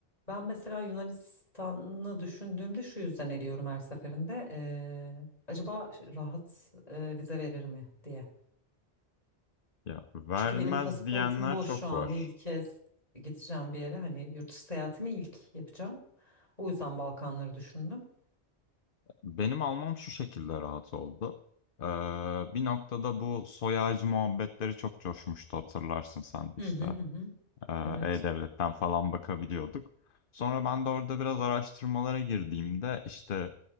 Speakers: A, on the left; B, on the left.
A: Ben mesela Yunanistan'ı düşündüğümde şu yüzden eliyorum her seferinde. E, acaba rahat e, vize verir mi diye.
B: Ya vermez
A: Çünkü benim pasaportum
B: diyenler
A: boş
B: çok
A: şu an.
B: var.
A: İlk kez gideceğim bir yere. Hani yurt dışı seyahatimi ilk yapacağım. O yüzden Balkanları düşündüm.
B: Benim almam şu şekilde rahat oldu. Ee, bir noktada bu soy ağacı muhabbetleri çok coşmuştu hatırlarsın sen de
A: Hı
B: işte.
A: hı hı. hı.
B: Ee,
A: Evet.
B: E-Devlet'ten falan bakabiliyorduk. Sonra ben de orada biraz araştırmalara girdiğimde işte